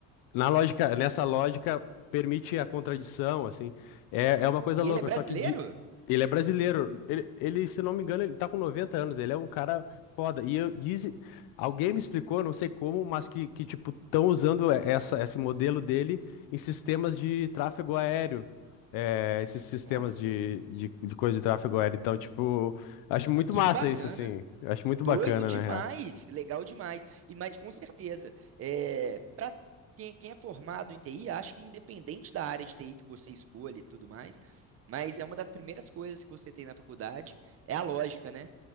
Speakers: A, on the left (about 85°); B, on the right (about 40°).
A: na lógica, nessa lógica permite a contradição, assim. É, é uma coisa
B: E
A: louca,
B: ele é brasileiro?
A: só que de- ele é brasileiro. Ele, ele, se não me engano, ele tá com 90 anos, ele é um cara foda. E eu disse, alguém me explicou, não sei como, mas que, que tipo, estão usando essa, esse modelo dele em sistemas de tráfego aéreo. É, esses sistemas
B: Nossa,
A: de,
B: velho.
A: de, de coisa de tráfego aéreo. Então, tipo, acho muito
B: Que
A: massa
B: bacana.
A: isso, assim. Acho muito
B: Doido
A: bacana,
B: demais,
A: na real.
B: legal demais. E mas com certeza, é, para quem, quem é formado em TI, acho que independente da área de TI que você escolhe e tudo mais, mas é uma das primeiras coisas que você tem na faculdade é a lógica, né?